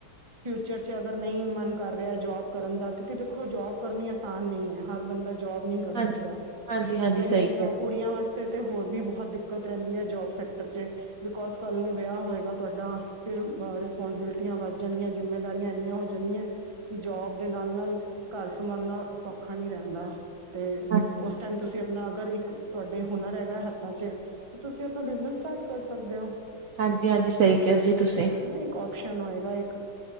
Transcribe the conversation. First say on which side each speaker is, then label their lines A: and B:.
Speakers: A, on the right (about 30°); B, on the right (about 80°).
A: ਚਰਚਾ ਅਗਰ ਨਹੀਂ ਮਨ ਕਰ ਰਿਹਾ ਜੋਬ ਕਰਨ ਦਾ ਕਿਉਂਕਿ ਦੇਖੋ ਜੋਬ ਕਰਨੀ ਆਸਾਨ ਨਹੀਂ ਹੈ ਹਰ ਬੰਦਾ ਜੋਬ ਨਹੀਂ ਕਰ
B: ਹਾਂਜੀ,
A: ਸਕਦਾ
B: ਹਾਂਜੀ-ਹਾਂਜੀ
A: ਕਈ
B: ਸਹੀ
A: ਚੀਜ਼ਾਂ
B: ਕਿਹਾ,
A: ਕੁੜੀਆਂ ਵਾਸਤੇ ਤੇ ਹੋਰ ਵੀ ਬਹੁਤ ਕਤ ਰਹਿੰਦੀ ਹ ਜੋਬ ਸੈ ਬਿਕੋਜ਼ ਕਾਲ ਨੂੰ ਵਿਆਹ ਹੋਏਗਾ। ਤੁਹਾਡਾ ਫਿਰ ਰਿਸਪਾਂਸਬਿਲਿਟੀਆਂ ਵੱਧ ਜਾਂਦੀਆਂ ਜ਼ਿੰਮੇਦਾਰੀਆ ਨੀਆਂ ਹੋ ਜਾਂਦੀਆਂ ਕਿ ਜੋਬ ਦੇ ਨਾਲ ਨਾਲ ਘਰ ਸਮਾਨਾ ਸੌਖਾ ਨਹੀਂ ਰਹਿੰਦਾ। ਤੇ
B: ਹਾਂ
A: ਉਸ ਟਾਈਮ ਤੁਸੀਂ ਆਪਣਾ ਅਗਰ ਇੱਕ ਤੁਹਾਡੇ ਹੁਨਰ ਹੈਗਾ ਹੱਥਾਂ ਚ ਤੇ ਤੁਸੀਂ ਆਪਣਾ ਬਿਜਨਸ ਸਟਾਰਟ ਕਰ ਸਕਦੇ ਓ
B: ਹਾਂਜੀ ਹਾਂਜੀ, ਸਹੀ ਕਿਹਾ ਜੀ ਤੁਸੀਂ
A: ਇੱਕ ਆਪਸ਼ਨ ਹੋਏਗਾ ਇੱਕ